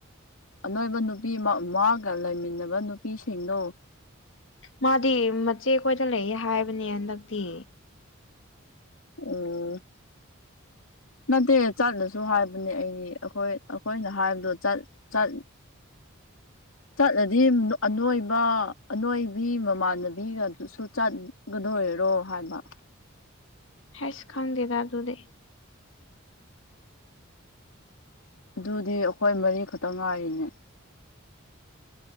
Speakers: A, on the left (about 80°); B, on the left (about 65°).
A: ꯑꯅꯣꯏꯕ ꯅꯨꯄꯤ ꯑꯃ ꯃꯥꯒ ꯂꯩꯃꯤꯟꯅꯕ ꯅꯨꯄꯤꯁꯤꯡꯗꯣ
B: ꯃꯥꯗꯤ ꯃꯆꯦꯈꯣꯏꯗ ꯂꯩ ꯍꯥꯏꯕꯅꯦ ꯍꯟꯗꯛꯇꯤ
A: ꯑꯣ ꯅꯠꯇꯦ ꯆꯠꯂꯁꯨ ꯍꯥꯏꯕꯅꯦ ꯑꯩꯗꯤ ꯑꯩꯈꯣꯏ ꯑꯩꯈꯣꯏꯅ ꯍꯥꯏꯕꯗꯣ ꯆꯠ ꯆꯠ ꯆꯠꯂꯗꯤ ꯑꯅꯣꯏꯕ ꯑꯅꯣꯏꯕꯤ ꯃꯃꯥꯟꯅꯕꯤꯒ ꯑꯗꯨꯁꯨ ꯆꯠ ꯀꯗꯣꯏꯔꯣ ꯍꯥꯏꯕ
B: ꯍꯁ ꯈꯪꯗꯦꯗ ꯑꯗꯨꯗꯤ
A: ꯑꯗꯨꯗꯤ ꯑꯩꯈꯣꯏ ꯃꯔꯤ ꯈꯛꯇꯪ ꯉꯥꯏꯔꯤꯅꯦ